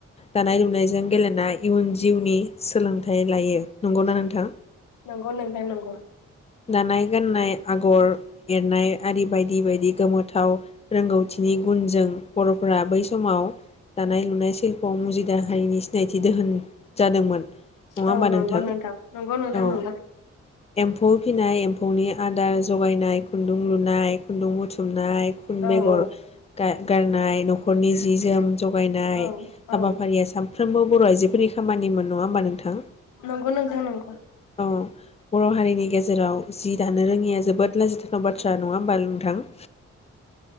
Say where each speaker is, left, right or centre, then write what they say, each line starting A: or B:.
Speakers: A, on the left; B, on the left.
A: दानाय लुनायजों गेलेनाय इयुन जिउनि सोलोंथाइ लायो नंगौना नोंथां?
B: नंगौ नोंथां नंगौ
A: दानाय गाननाय आगर एरनाय आरि बायदि बायदि गोमोथाव रोंगौथिनि गुनजों बरफोरा बैस समाव दानाय लुनाय सिल्पआव मुजिद हारिनि सिनायथि दोहोन जादोंमोन नङा होमबा
B: औ नंगौ
A: नोंथां
B: नंगौ नोंथां
A: औ
B: नंगौ
A: एम्फौ फिसिनाय एम्फौनि आदार जगायनाय खुन्दुं लुनाय खुन्दुं बुथु नाय खुन
B: औ
A: बेगर
B: औ
A: गारनाय न'खरनि जि जोम जगायनाय
B: औ
A: हाबाफारिया
B: औ
A: साम साफ्रोमबो बर' आइजोफोरनि खामानि मोन नङा होमबा नोंथां
B: नंगौ नंथां नंगौ
A: औ बर' हारिनि गेज जेराव जि दानो रोङिया जोबोद लाजिथावना बाथ्रा नङा होमबा नोंथां